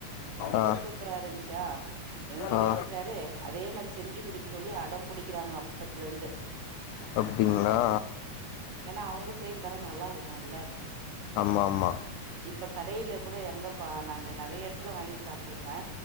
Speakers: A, on the right (about 85°); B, on the left (about 80°).
A: ரொம்ப
B: ஆ
A: சூப்பரா இருந்துச்சா எங்க
B: ஆ
A: வீட்டுக்காரு அதே மாரி செஞ்சு குடுக் க சொல்லி அடம் புடிக்கிறாங்க அப்பத்துல இருந்து
B: அப்டிங்களா
A: ஏனா அவுங்க செய்யறதெல்லா நல்லா இருக்கும்ல
B: ஆமா ஆமா
A: இப்ப கடையில கூட எங்கப்பா நான் நிறைய எடத்துல வாங்கி சாப்பிட்டுருக்கே